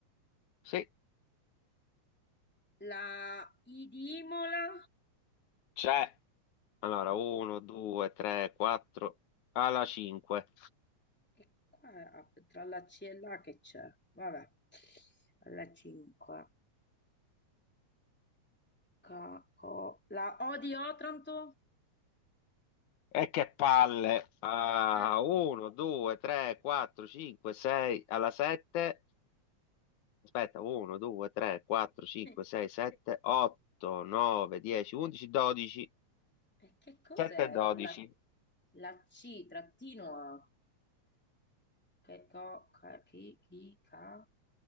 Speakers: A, on the left (about 85°); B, in the centre.
A: sì,
B: La I di Imola.
A: c'è. Allora,
B: Eh,
A: 1, 2, 3, 4, alla 5.
B: e qua ah, tra la C e la che c'è? Vabbè. La 5. Ca- co- la O di Otranto?
A: E che palle. Ah,
B: Eh,
A: 1, 2, 3, 4, 5, 6, alla 7. Aspetta, 1, 2, 3, 4, 5,
B: <laughs> eh,
A: 6, 7, 8, 9, 10, 11, 12,
B: e che cos'è
A: 7 e 12.
B: con la, la C trattino A? Che co, ca, chi, chi, ca.